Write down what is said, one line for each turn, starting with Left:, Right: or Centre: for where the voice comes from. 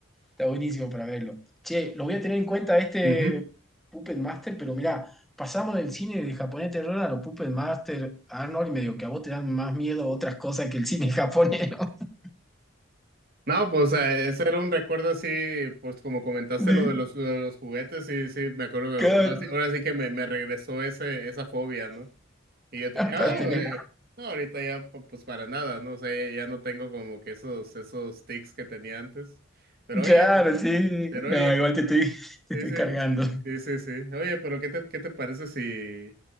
Centre: Está buenísimo para verlo. Che, lo voy a tener en cuenta este
Right: ujú.
Centre: Puppet Master, pero mirá, pasamos del cine de japonés de terror a los Puppet Master, Arnold, y medio que a vos te dan más miedo otras cosas que el cine japonés, ¿no? <laughs>
Right: No, pues eh, ese era un recuerdo así, pues como comentaste
Centre: De-
Right: lo de los, lo de los juguetes, sí, sí, me acuerdo
Centre: claro,
Right: que ahora sí, ahora sí que me, me regresó ese, esa fobia, ¿no? Y yo tenía,
Centre: para
Right: no,
Centre: tener-
Right: eh, no, ahorita ya pu- pues para nada, ¿no? O sea, ya, ya no tengo como que esos, esos tics que tenía antes. Pero
Centre: claro,
Right: oye,
Centre: sí.
Right: pero
Centre: No,
Right: oye,
Centre: igual
Right: que-
Centre: te estoy, te
Right: sí,
Centre: estoy
Right: sí,
Centre: cargando.
Right: sí, sí, sí. Oye, pero ¿qué te, qué te parece si